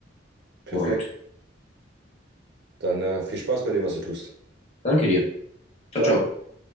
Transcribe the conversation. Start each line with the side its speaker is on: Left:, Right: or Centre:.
Right: Perfekt.
Left: und
Right: Dann äh, viel Spaß bei dem, was du tust.
Left: danke dir. Ciao,
Right: Ciao.
Left: ciao.